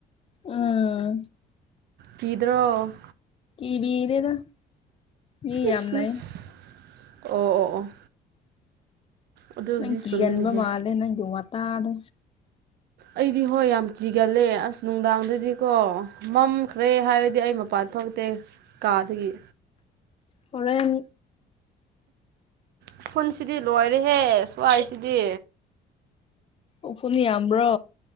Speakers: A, on the left; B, on the right.
A: ꯑꯥ
B: ꯀꯤꯗ꯭ꯔꯣ
A: ꯀꯤꯕꯤꯗꯦꯗ ꯃꯤ ꯌꯥꯝ
B: ꯏꯁ
A: ꯂꯩ
B: ꯏꯁ ꯑꯣ ꯑꯣ ꯑꯣ ꯑꯗꯨꯕꯨꯗꯤ
A: ꯅꯪ ꯀꯤꯍꯟꯕ
B: ꯆꯨꯝꯃꯤꯅꯦꯍꯦ
A: ꯃꯥꯜꯂꯦ ꯅꯪꯒꯤ ꯋꯥꯇꯥꯗꯣ
B: ꯑꯩꯗꯤ ꯍꯣꯏ ꯌꯥꯝ ꯀꯤꯒꯜꯂꯦ ꯑꯁ ꯅꯨꯡꯗꯥꯡꯗꯗꯤꯀꯣ ꯃꯝꯈ꯭ꯔꯦ ꯍꯥꯏꯔ ꯗꯤ ꯑꯩ ꯃꯄꯥꯟ ꯊꯣꯛꯇꯦ ꯀꯥꯗꯒꯤ
A: ꯍꯣꯔꯦꯟ
B: ꯎꯐꯨꯟꯁꯤꯗꯤ ꯂꯣꯏꯔꯦꯍꯦ ꯁ꯭ꯋꯥꯏꯁꯤꯗꯤ
A: ꯎꯐꯨꯟ ꯌꯥꯝꯕ꯭ꯔꯣ